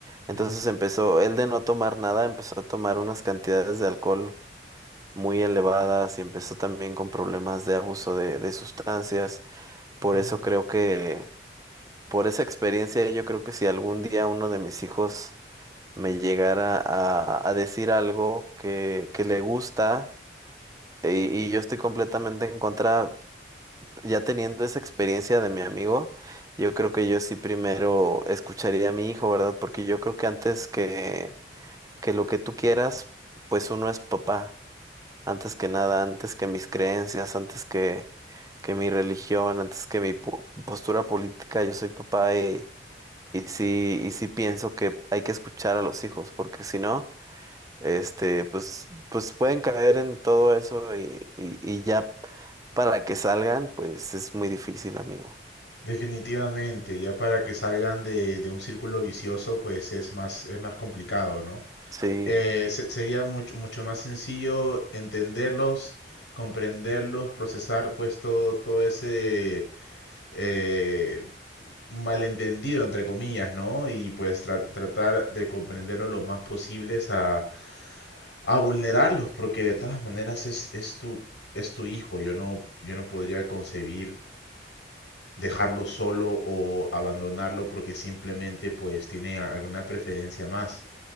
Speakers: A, on the right (about 20°); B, on the left (about 80°).
A: Entonces
B: ujú,
A: empezó, él de no tomar nada, empezó a tomar unas cantidades de alcohol muy elevadas y empezó también con problemas de abuso de, de sustancias. Por
B: ujú.
A: eso creo que por esa experiencia, yo creo que si algún día uno de mis hijos me llegara a, a decir algo que, que le gusta y, y yo estoy completamente en contra, ya teniendo esa experiencia de mi amigo, yo creo que yo sí primero escucharía a mi hijo, ¿verdad? Porque yo creo que antes que, que lo que tú quieras, pues uno es papá, antes que nada, antes que mis creencias, antes que, que mi religión, antes que mi po- postura política, yo soy papá Y sí, y sí pienso que hay que escuchar a los hijos, porque si no, este, pues, pues pueden caer en todo eso y, y, y ya para que salgan, pues es muy difícil, amigo.
B: Definitivamente, ya para que salgan de, de un círculo vicioso, pues es más, es más complicado, ¿no?
A: Sí,
B: eh, se- sería mucho, mucho más sencillo entenderlos, comprenderlos, procesar pues todo, todo ese eh, malentendido, entre comillas, ¿no? Y pues tra- tratar de comprenderlo lo más posibles a, a vulnerarlos, porque de todas maneras es, es tu, es tu hijo. Yo no, yo no podría concebir dejarlo solo o abandonarlo porque simplemente pues tiene a- alguna preferencia más.